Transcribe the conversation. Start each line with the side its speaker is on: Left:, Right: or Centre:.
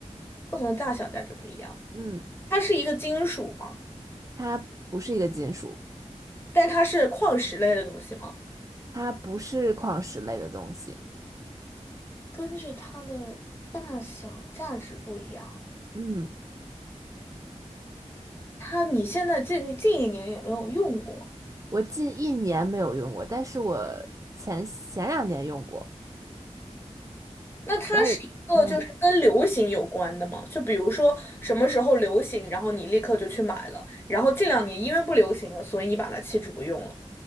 Left: 不同的大小价值不一样。
Right: 嗯，
Left: 它是一个金属吗？
Right: 它不是一个金属，
Left: 但它是矿石类的东西吗？
Right: 它不是矿石类的东西。
Left: 根据它的大小价值不一样。
Right: 嗯，
Left: 它你现在近近一年也没有用过，
Right: 我近一年没有用过，但是我前前两年用过。
Left: 那它是一个就是跟流行有关的吗？
Right: 然后我嗯，
Left: 就比如说什么时候流行，然后你立刻就去买了，然后近两年因为不流行了，所以你把它弃之不用了。